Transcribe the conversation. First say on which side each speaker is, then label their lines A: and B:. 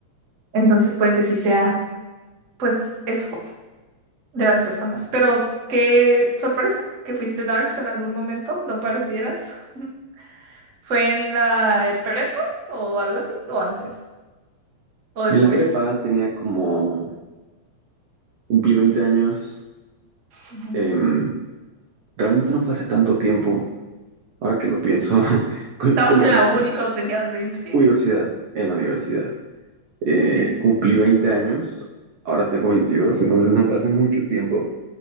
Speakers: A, on the right; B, on the right.
A: Entonces puede que sí sea, pues, eso de las personas. Pero qué sorpresa que fuiste Darks en algún momento, no parecieras. <laughs> ¿Fue en la prepa o algo así? ¿O antes? ¿O después?
B: En la prepa tenía como, cumplí 20 años,
A: Ujú.
B: em, realmente no fue hace tanto tiempo, ahora que lo pienso, <laughs> cu-
A: Estabas
B: fue cuando
A: en
B: cumplí
A: la uni cuando tenías veinte
B: universidad, en la universidad. Eh,
A: Sí.
B: cumplí 20 años, ahora tengo 22, entonces no fue hace mucho tiempo,